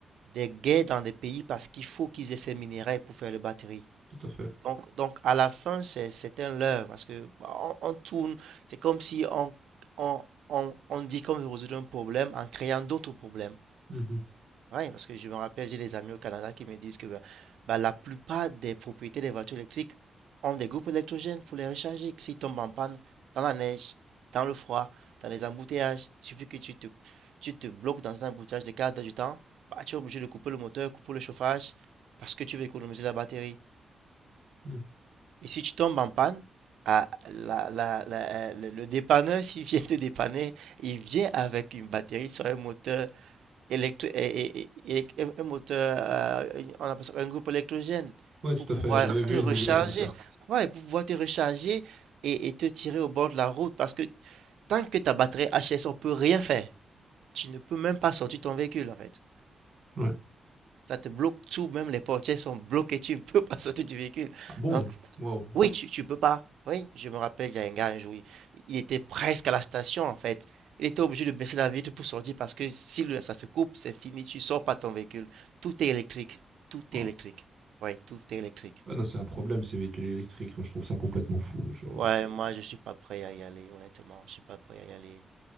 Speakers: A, on the right (about 80°); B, on the right (about 40°).
A: des gays dans des pays parce qu'il faut qu'ils aient ces minéraux pour faire les batteries.
B: tout à fait.
A: Donc, donc à la fin, c'est, c'est un leurre parce que bah, on, on tourne, c'est comme si on, on, on, on dit qu'on veut résoudre un problème en créant d'autres problèmes.
B: Mhm.
A: Oui, parce que je me rappelle, j'ai des amis au Canada qui me disent que bah, bah, la plupart des propriétés des voitures électriques ont des groupes électrogènes pour les recharger. que S'ils tombent en panne dans la neige, dans le froid, dans les embouteillages, il suffit que tu te, tu te bloques dans un embouteillage de 4 heures du temps, bah, tu es obligé de couper le moteur, couper le chauffage, parce que tu veux économiser la batterie.
B: Mhm.
A: Et si tu tombes en panne, ah, la- la- la- euh, le le dépanneur, <laughs> s'il vient te dépanner, il vient avec une batterie sur un moteur électro- et- et- et- et- un moteur, euh, une- on appelle ça un groupe électrogène
B: Ouais, tout
A: pour Tout
B: à fait.
A: pouvoir
B: J'avais vu
A: te recharger.
B: une vidéo comme ça.
A: Ouais, pour pouvoir te recharger et, et te tirer au bord de la route parce que tant que ta batterie HS, on peut rien faire. Tu ne peux même pas sortir ton véhicule en fait.
B: Ouais.
A: Ça te bloque tout, même les portières sont bloquées, tu ne peux <laughs> pas sortir du véhicule.
B: Ah bon?
A: Donc,
B: Wow.
A: oui, tu, tu peux pas. Oui, je me rappelle, il y a un gars un jour, il, il était presque à la station en fait. Il était obligé de baisser la vitre pour sortir parce que si le- ça se coupe, c'est fini, tu sors pas ton véhicule. Tout est électrique. Tout
B: Wow.
A: est électrique. Oui, tout est électrique.
B: Ah non, c'est un problème ces véhicules électriques. Moi, je trouve ça complètement fou. Je-
A: Ouais, moi je suis pas prêt à y aller, honnêtement. Je suis pas prêt à y aller.